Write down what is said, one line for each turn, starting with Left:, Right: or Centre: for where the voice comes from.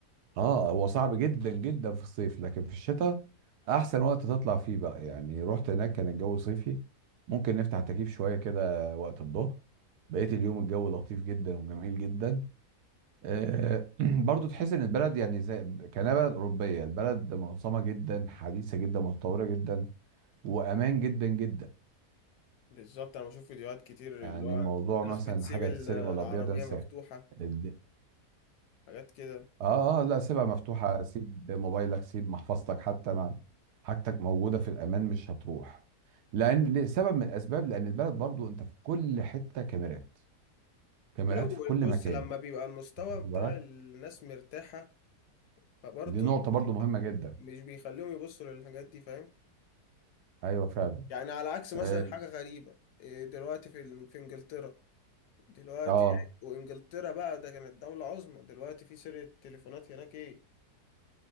Right: اه هو صعب جدا جدا في الصيف لكن في الشتاء احسن وقت تطلع فيه بقى يعني رحت هناك كان الجو صيفي ممكن نفتح التكييف شويه كده وقت الظهر بقيت اليوم الجو لطيف جدا وجميل جدا آه، <clears throat> برضو تحس ان البلد يعني زي كانها بلد اوروبيه البلد منظمه جدا حديثه جدا متطوره جدا وامان جدا جدا
Left: بالظبط انا بشوف فيديوهات كتير
Right: يعني
Left: اللي هو
Right: موضوع
Left: ناس
Right: مثلا
Left: بتسيب
Right: حاجه
Left: ال-
Right: تتسرق
Left: العربية
Right: ولا تضيع ده انساه
Left: مفتوحة
Right: الد-
Left: حاجات كده
Right: اه اه لا سيبها مفتوحه سيب موبايلك سيب محفظتك حتى ما حاجتك موجوده في الامان مش هتروح لان لسبب من الاسباب لان البلد برضو انت في كل حته كاميرات كاميرات
Left: لا
Right: في كل
Left: بص
Right: مكان
Left: لما بيبقى المستوى
Right: واخد
Left: بتاع
Right: بالك
Left: الناس مرتاحة فبرضه
Right: دي نقطه برضو مهمه جدا
Left: مش بيخليهم يبصوا للحاجات دي فاهم
Right: ايوه فعلا
Left: يعني على عكس مثلا
Right: اه
Left: حاجة غريبة إيه دلوقتي في ال- في انجلترا دلوقتي
Right: آه.
Left: وانجلترا بقى ده كانت دولة عظمى دلوقتي في سرقة تليفونات هناك ايه